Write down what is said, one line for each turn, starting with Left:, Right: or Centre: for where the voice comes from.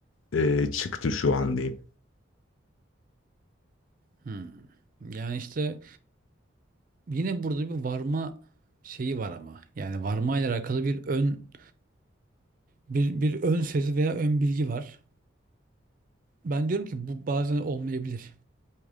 Left: e, çıktı şu an diyeyim.
Right: Hmm. Yani işte yine burada bir varma şeyi var ama. Yani varma ile alakalı bir ön bir, bir ön sezi veya ön bilgi var. Ben diyorum ki bu bazen olmayabilir.